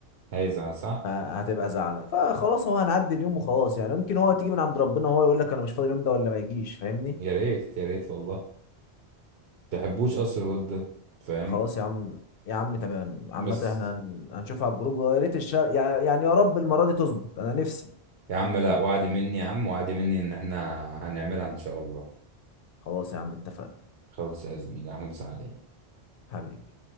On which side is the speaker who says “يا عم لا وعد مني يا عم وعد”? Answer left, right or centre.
Right